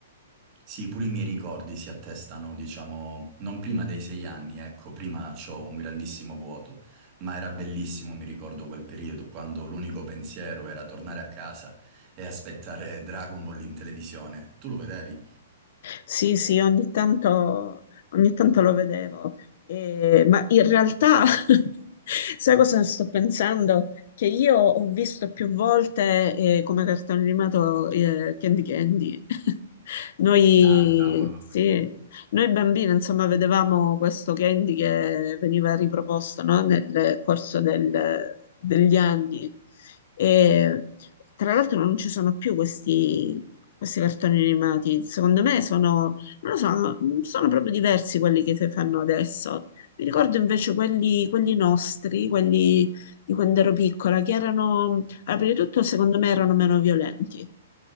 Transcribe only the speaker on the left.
Sì, sì, ogni tanto, ogni tanto lo vedevo. Eh, ma in realtà, <laughs> sai cosa sto pensando? Che io ho visto più volte eh, come cartone animato eh, Candy Candy. <laughs> Noi,
sì, noi bambini, insomma, vedevamo questo candy che veniva riproposto, no, nel corso del- degli anni. E tra l'altro non ci sono più questi, questi cartoni animati. Secondo me sono, non lo so, hanno- sono proprio diversi quelli che si fanno adesso. Mi ricordo invece quelli, quelli nostri, quelli di quando ero piccola, che erano allora, prima di tutto, secondo me erano meno violenti.